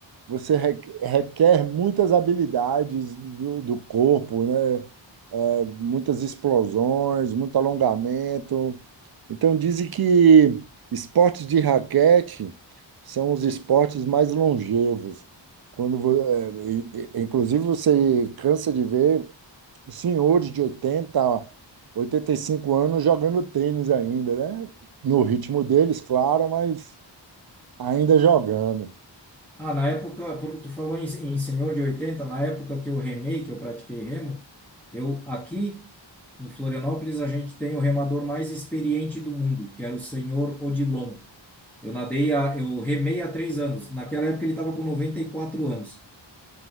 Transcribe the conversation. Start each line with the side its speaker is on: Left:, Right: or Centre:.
Right: você requ- requer muitas habilidades do, do corpo, né? É, muitas explosões, muito alongamento. Então, dizem que esportes de raquete são os esportes mais longevos. Quando, vo- é, e- e- inclusive, você cansa de ver senhores de oitenta, oitenta e cinco anos jogando tênis ainda, né? No ritmo deles, claro, mas ainda jogando.
Centre: Ah, na época, por- tu falou em, em senhor de 80 na época que eu remei, que eu pratiquei remo, eu aqui em Florianópolis a gente tem o remador mais experiente do mundo, que era o senhor Odilon. Eu nadei, a, eu remei há três anos. Naquela época ele estava com 94 anos.